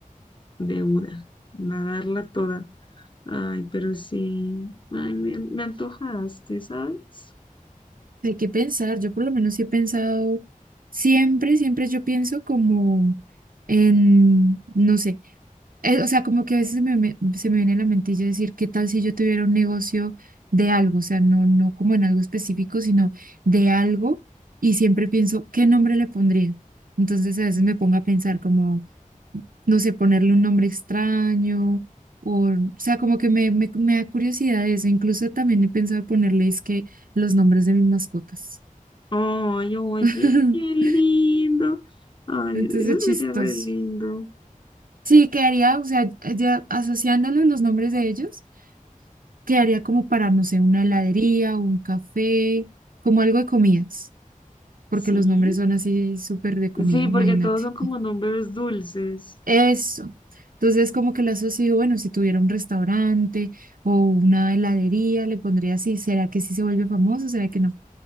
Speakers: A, on the left; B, on the right.
A: de una, nadarla toda. Ay, pero sí, ay, me, me antojaste, ¿sabes?
B: Hay que pensar, yo por lo menos sí he pensado, siempre, siempre yo pienso como en, no sé, eh, o sea, como que a veces me- me- se me viene a la mentilla decir, ¿qué tal si yo tuviera un negocio de algo? O sea, no, no como en algo específico, sino de algo. Y siempre pienso, ¿qué nombre le pondría? Entonces a veces me pongo a pensar como... no sé, ponerle un nombre extraño, o, o sea, como que me, me, me da curiosidad eso. Incluso también he pensado ponerle, es que los nombres de mis mascotas.
A: Ay, oye,
B: Mm.
A: qué
B: <laughs>
A: lindo. Ay,
B: Entonces,
A: eso
B: es chistoso.
A: sería re lindo.
B: Sí, quedaría, o sea, ya asociándolo los nombres de ellos, quedaría como para, no sé, una heladería, un café, como algo de comidas, porque
A: Sí,
B: los nombres son así súper de comidas,
A: sí, porque
B: imagínate.
A: todos son como números dulces.
B: Eso. Entonces, como que lo asocio, bueno, si tuviera un restaurante o una heladería, le pondría así, ¿será que sí se vuelve famoso? ¿Será que no?